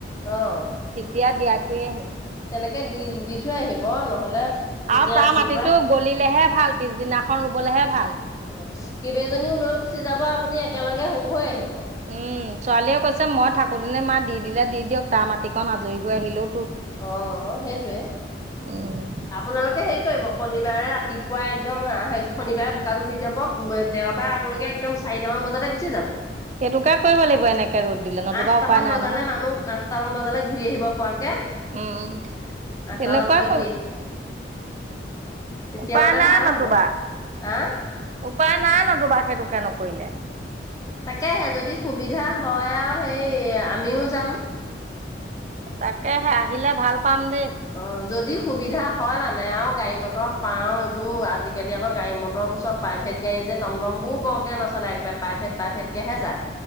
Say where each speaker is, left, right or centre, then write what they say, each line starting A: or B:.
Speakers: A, on the left; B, on the right.
A: অ অ
B: তেতিয়া দিয়া থৈ আহিম।
A: তেনেকে দি দি থৈ আহিব নহ'লে তেতিয়া
B: আৰু তাৰ
A: ৰাতিপুৱা
B: মাটিতো গলিলেহে ভাল পিছদিনাখন ৰুবলেহে ভাল।
A: অ কেইবেওজনীও লৈ গুচি যাব আপুনি একেলগে সৰু হৈ আহিব। অ
B: উম ছোৱালীয়ে কৈছে মই থাকোতেনে মা দি দিলে দি দিয়ক তাৰ মাটিকন আজৰি হৈ আহিলো।
A: অ সেইটোৱে
B: উম,
A: আপোনালোকে হেৰি কৰিব শনিবাৰে ৰাতি পুৱাই একদম হ শনিবাৰে বোকাটো দি যাব দেওবাৰে আপোনালোকে একদম চাৰিটামান বজাতে গুচি যাব।
B: সেইটোকে কৰিব লাগিব এনেকে ৰ'দ দিলে নতুবা
A: আঠটামান
B: উপায় নাই
A: বজালে
B: নহয়।
A: মানুহ আঠটামান বজালে ঘূৰি আহিব পৰাকে
B: উম।
A: অ
B: তেনেকুৱাই
A: তালৈ <unintelligible> তেতিয়া
B: উপায়
A: মানে
B: নাই
A: ভাল
B: নতুবা।
A: হ'ব আহ
B: উপায় নাই নতোবা সেইটোকে নকৰিলে।
A: তাকেহে যদি সুবিধা হয় আৰু সেই আমিও যাম।
B: তাকে সে আহিলে ভাল পাম দেই।
A: অ যদি সুবিধা হয় মানে আৰু গাড়ী মটৰ পাওঁ এইবোৰ আজিকালি আকৌ গাড়ী মটৰবোৰ চব প্ৰাইভেট গাড়ী যে যে টমটম বোৰ বৰকে নচলে একেবাৰে প্ৰাইভেট প্ৰাইভেট হে যায়